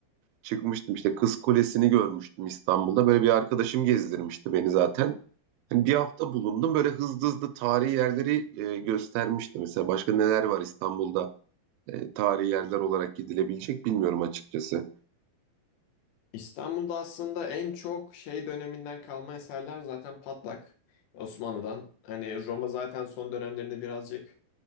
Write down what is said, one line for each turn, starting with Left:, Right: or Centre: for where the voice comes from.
Right: çıkmıştım işte Kız Kulesi'ni görmüştüm İstanbul'da. Böyle bir arkadaşım gezdirmişti beni zaten. Hani bir hafta bulundum böyle hızlı hızlı tarihi yerleri e, göstermişti. Mesela başka neler var İstanbul'da e, tarihi yerler olarak gidilebilecek bilmiyorum açıkçası.
Left: İstanbul'da aslında en çok şey döneminden kalma eserler zaten Patlak Osmanlı'dan. Hani Roma zaten son dönemlerinde birazcık